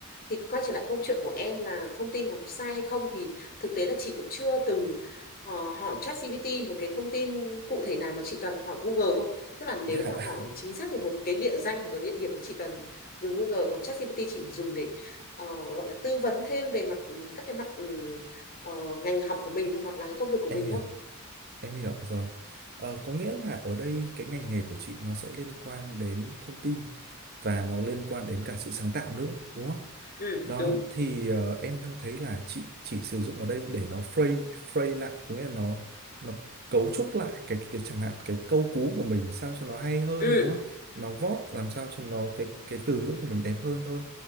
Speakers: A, on the left (about 45°); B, on the right (about 45°).
A: thì quay trở lại câu chuyện của em là thông tin nó có sai hay không thì thực tế là chị cũng chưa từng ờ, hỏi ChatGPT một cái thông tin cụ thể nào mà chị toàn hỏi Google thôi tức là nếu
B: dạ
A: mà hỏi chính xác thì một cái địa danh hoặc cái địa điểm thì chị toàn dùng Google còn ChatGPT chị chỉ dùng để ờ, gọi là tư vấn thêm về mặt ừm, các cái mặt ừm, ờ, ngành học của mình thôi hoặc là cái công việc của
B: Em
A: mình
B: hiểu,
A: thôi
B: em hiểu rồi. Ờ, có nghĩa là ở đây cái ngành nghề của chị nó sẽ liên quan đến thông tin và nó liên quan đến cả sự sáng tạo nữa, đúng không?
A: ừ
B: Đó
A: đúng
B: thì ờ, em đang thấy là chị chỉ sử dụng ở đây để nó phrase phrase lại, có nghĩa là nó nó cấu trúc lại cái cái chẳng hạn cái câu cú của mình sao cho nó hay hơn
A: ừ
B: đúng không? Nó vót làm sao cho nó cái cái từ ngữ của mình đẹp hơn thôi